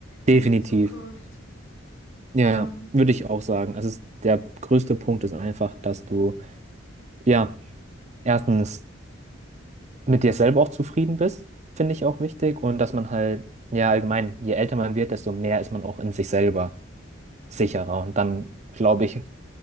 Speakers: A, on the left; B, on the right.
A: In
B: definitiv.
A: der Zukunft.
B: Ja,
A: Ähm,
B: würde ich auch sagen. Also es- der größte Punkt ist einfach, dass du, ja, erstens mit dir selber auch zufrieden bist, finde ich auch wichtig. Und dass man halt, ja, allgemein, je älter man wird, desto mehr ist man auch in sich selber sicherer. Und dann, glaube ich,